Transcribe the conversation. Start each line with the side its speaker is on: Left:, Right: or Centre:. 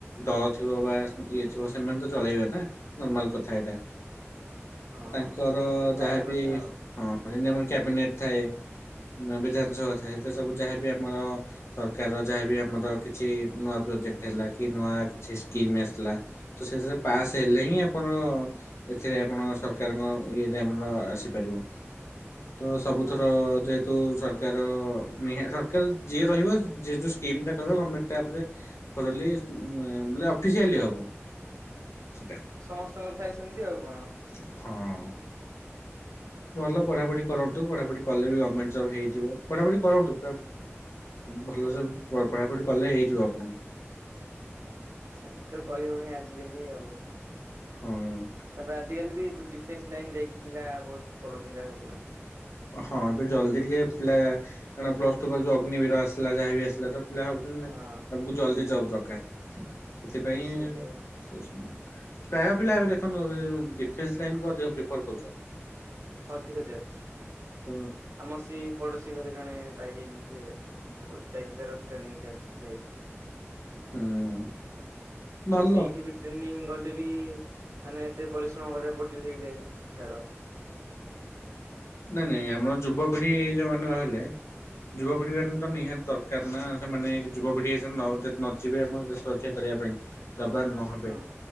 Left: ଦଳ ଥିବ ବା ଇଏ ଥିବ ସେମାନେ ତ ଚଳେଇବେ ନା ନର୍ମାଲ କଥା ଏଇଟା।
Right: ହଁ
Left: ତାଙ୍କର
Right: ସେଇଟା ବି ଜାଣିବା
Left: ଯାହାବି
Right: କଥା ଆଉ
Left: ହଁ ଯେମତି ଆମର କ୍ୟାବିନେଟ ଥାଏ ବିଧାନସଭା ଥାଏ ସେ ସବୁ ଯାହାବି ଆମର ସରକାର ଯାହାବି ଆମର କିଛି ନୂଆ ପ୍ରୋଜେକ୍ଟ ହେଲା କି ନୂଆ କିଛି ସ୍କିମ ଆସିଲା ତ ସେଥିରେ ପାସ ହେଲେ ହିଁ ଆପଣ ଏଥିରେ ଆପଣ ସରକାରଙ୍କ ଇଏ ରେ ଆମର ଆସିପାରିବ। ତ ସବୁଥର
Right: ହଁ
Left: ଯେହେତୁ ସର ତ ନିହା ସରକାର ଯିଏ ରହିବ ଯେ ଯେଉଁ ସ୍କିମ୍ଟା କହିବ ଗଭର୍ଣ୍ଣମେଣ୍ଟ ତାପରେ ଥରୋଲି ବ ଅଫିସିଆଲି ହବ ସେଟା।
Right: ସମସ୍ତଙ୍କର ଥାଏ ସେମିତି ଆଉ କଣ।
Left: ହଁ। ଭଲ ପଢାପଢି କରନ୍ତୁ ପଢାପଢି କଲେ ବି ଗଭର୍ଣ୍ଣମେଣ୍ଟ ଜବ୍ ହେଇଯିବ ପଢାପଢି କରନ୍ତୁ। ଭଲସେ ପଢ଼ାପଢ଼ି କଲେ ହେଇଯିବ ଆପଣ
Right: ସେମିତି ତ କହିହଉନି ଆଜିିକାଲି ଆଉ ତାପରେ
Left: ହଁ
Right: ଆଜିକାଲି ବି ଡିଫେନ୍ସ ଲାଇନ ଯାଇକି ପିଲା ବହୁତ ପଳଉଛନ୍ତି ଆଗକୁ ନା।
Left: ହଁ ଏବେ ଜଲ୍ଦି ଟିକେ ପା କ ପ୍ଲସ୍ ଟୁ ଯଉ ଅଗ୍ନିବିର ଆସିଲା ଯାହାବି ଆସିଲା ତ ପିଲା ଭାବଛନ୍ତି ନାଇ
Right: ହଁ।
Left: ଆମକୁ ଜଲଦି ଯାଉ ଦରକାର ସେଥିପାଇଁ
Right: ସେଇଟା
Left: ପ୍ରାୟ ପିଲା ଏବେ ଦେଖନ୍ତୁ ଡିଫେନ୍ସ ଲାଇନକୁ ଅଧିକ ପ୍ରିଫର କରୁଛନ୍ତି।
Right: ଅଧିକ ଚାଲିଛି
Left: ତ
Right: ଆମ ସେ ପଡଶୀ ଘରେ ଜଣେ ପାଇଯାଇଛି ସି ଯାଇ ତାର ଟ୍ରେନିଂ ଚାଲିଛି ଯାଇଛି।
Left: ହୁଁ ଭଲ
Right: ତ ସେଇଠି ବି ଟ୍ରେନିଂ ଗଲେ ବି ମାନେ ଏତେ ପରିଶ୍ରମ କରିବାକୁ ପଡୁଛି ସେଇଟେ ଛାଡ।
Left: ନାଇଁ ନାଇଁ ଆମର ଯୁବପିଢି ଯୋଉମାନେ ରହିଲେ ଯୁବପିଢି ମାନଙ୍କ ତ ନିହାତି ଦରକାର ନା ସେମାନେ ଯୁବପିଢି ନ ଯିବେ ଆମ ଦେଶ। ସୁରକ୍ଷା କରିବା ପାଇଁ ଯବାନ ନହବେ
Right: ହୁଁ